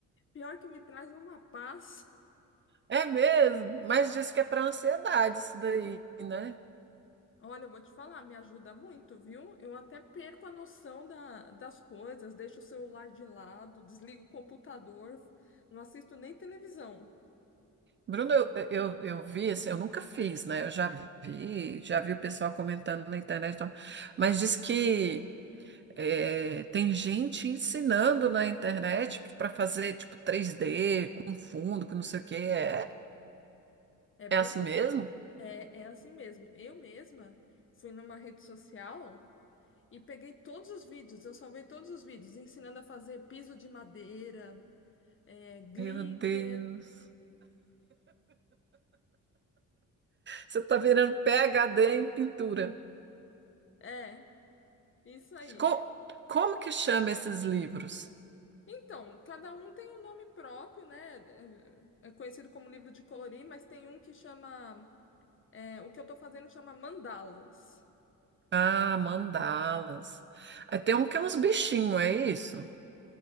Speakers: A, on the left (about 40°); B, on the right (about 35°).
A: pior que me traz uma paz.
B: É mesmo, mas disse que é para ansiedade isso daí, né?
A: Olha, eu vou te falar, me ajuda muito, viu? Eu até perco a noção da, das coisas, deixo o celular de lado, desligo o computador, não assisto nem televisão.
B: Bruno, eu, eu, eu vi, assim, eu nunca fiz, né? Eu já vi, já vi o pessoal comentando na internet, e tal. mas diz que é, tem gente ensinando na internet para fazer tipo três d com fundo, com não sei o quê. É,
A: É bem
B: é assim
A: assim.
B: mesmo?
A: É, é assim mesmo. Eu mesma fui numa rede social e peguei todos os vídeos, eu salvei todos os vídeos, ensinando a fazer piso de madeira, é, glitter.
B: Meu Deus. Você está virando PhD em pintura.
A: É, isso aí.
B: Co- como que chama esses livros?
A: Então, cada um tem um nome próprio, né? É é conhecido como livro de colorir, mas tem um que chama. É, o que eu tô fazendo chama mandalas.
B: Ah, mandalas. Aí tem um que é uns bichinhos, é isso?